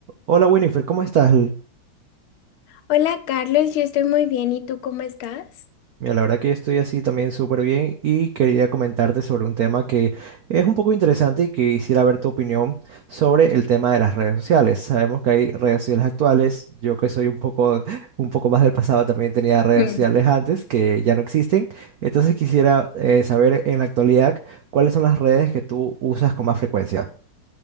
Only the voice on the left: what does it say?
Hola Carlos, yo estoy muy bien. ¿Y tú cómo estás?
Mm.